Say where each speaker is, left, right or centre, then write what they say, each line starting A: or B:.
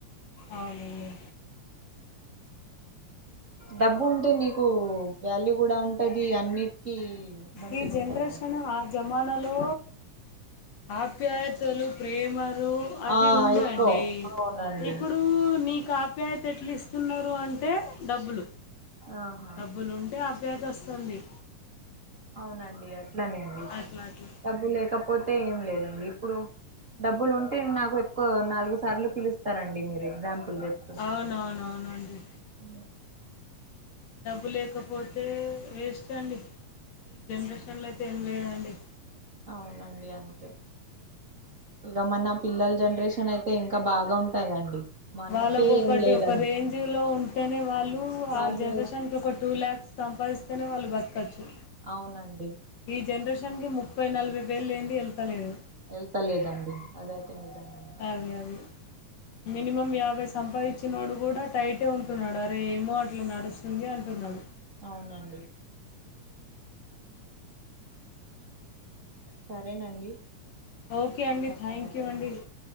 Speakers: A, on the left (about 65°); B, on the right (about 35°).
A: అవునండి
B: డబ్బు ఉంటే నీకు వ్యాల్యూ కూడా ఉంటది అన్ని కీ మంచిగా
A: ఈ జనరేషన్
B: ఉంటద అండి
A: ఆ జమానాలో ఆప్యాయతలు ప్రేమలు అవి
B: ఆ
A: ఉండే
B: ఎక్కువ
A: అండి
B: అవునండి
A: ఇప్పుడు ఊ నీకు ఆప్యాయత ఎట్ల ఇస్తున్నారు అంటే డబ్బులు
B: ఆహా
A: డబ్బులు ఉంటే ఆప్యాయత వస్తుంది
B: అవునండి అట్లానే అండి
A: అట్లా అట్లా
B: డబ్బు లేకపోతే ఏం లేదండి ఇప్పుడు డబ్బులు ఉంటే నాకు ఎక్కువ నాలుగు సార్లు పిలుస్తారండి మీరు ఎగ్జాంపుల్ చెప్
A: అవునావునావునఅండి
B: అ
A: డబ్బు లేకపోతే వేస్ట్ అండి ఈ జనరేషన్లో అయితే ఏం లేదండి
B: అవునండి అంతే ఇగా మ నా పిల్లల జనరేషన్ అయితే ఇంకా బాగా ఉంటదండి మనకే
A: వాళ్ళకు ఒకటి
B: ఏం లేదండి
A: ఒక రేంజ్ లో ఉంటేనే వాళ్ళు
B: వాళ్ళు
A: ఆ జనరేషన్కి ఒక టూ ల్యాక్స్ సంపాదిస్తేనే వాళ్ళు బతకచ్చు
B: అవునండి
A: ఈ జనరేషన్ కి ముప్పై నలభై వేలు లేనిది ఏళ్తలేదు
B: ఏళ్తాలేదండి అదైతే నిజంగానే
A: అవి అవి మినిమం యాభై సంపాదిచ్చినోడు కూడా టైటే ఉంటున్నాడు అరే ఏమో అట్లా నడుస్తుంది అంటున్నాడు
B: అవునండి సరేనండి
A: ఓకే అండి
B: ధన్యవాదాలండి
A: థ్యాంక్ యూ అండి